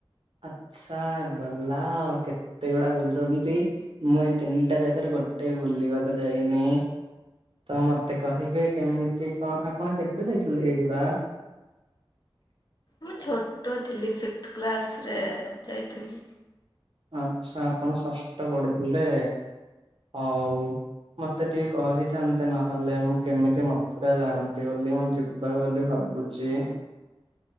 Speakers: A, on the right; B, on the left.
A: ଆଚ୍ଛା ଗଲା ଆଉ କେତେ ଗୁଡା ବୁଲିଛନ୍ତି। ମୁଁ ଏ ତିନିଟା ଜାଗାରୁ ଗୋଟେ ବି ବୁଲିବାକୁ ଯାଇନି। ତ ମତେ କହିବେ କେମିତି କଣ, ଆପଣ କେବେ ଯାଇଥିଲେ ଏଇଗୁଡା?
B: ମୁଁ ଛୋଟ ଥିଲି ଫିଫଥ କ୍ଲାସରେ ଯାଇଥିଲି।
A: ଆଚ୍ଛା ଆପଣ ଷଷ୍ଠ ପଢୁଥିଲେ। ହଉ ମତେ ଟିକେ କହିଥାନ୍ତେ, ନହେଲେ ମୁଁ କେମିତି <unintelligible> ଜାଣନ୍ତି ବୋଲି ମୁଁ ଯିବା ବୋଲି ଭାବୁଛି।